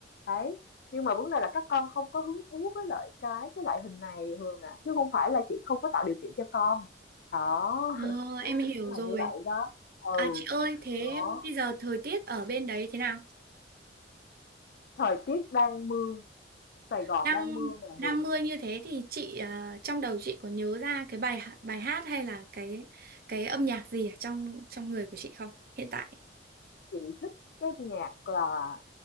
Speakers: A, on the left (about 60°); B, on the right (about 55°).
A: đấy nhưng mà vấn đề là các con không có hứng thú với lại cái cái loại hình này Hường à chứ không phải là chị không có tạo điều kiện cho con đó
B: Ờ, em hiểu
A: <laughs>
B: rồi.
A: là như vậy đó ừ
B: À chị ơi, thế
A: đó
B: bây giờ thời tiết ở bên đấy thế nào?
A: thời tiết đang mưa Sài Gòn
B: đang
A: đang mưa nè
B: đang
A: Hường
B: mưa như thế thì chị à, trong đầu chị có nhớ ra cái bài h- bài hát hay là cái cái âm nhạc gì ở trong trong người của chị không hiện tại?
A: chị thích cái nhạc là